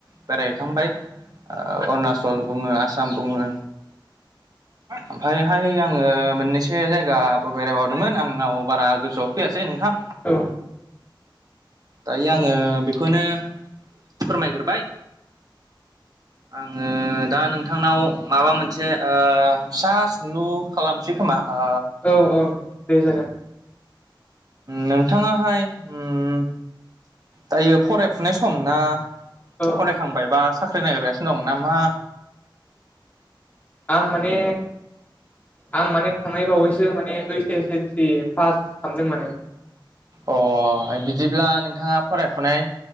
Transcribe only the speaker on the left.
<inaudible>
औ
औ
<inaudible>
औ औ दे जागोन
औ
आं माने आं माने थांनाय बावैसो माने ओइस एस एल सि पास खालामदों माने